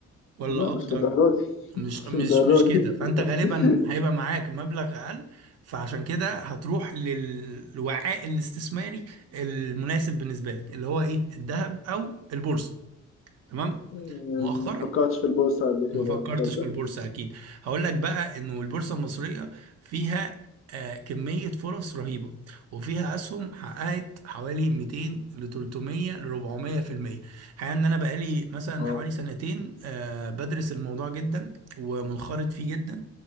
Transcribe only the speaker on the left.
لا مش
للدرجه دي <laughs>
مش
للدرجه
دي
<laughs>
مم،
ما فكرتش في البورصه قبل
كده
تصدق
اه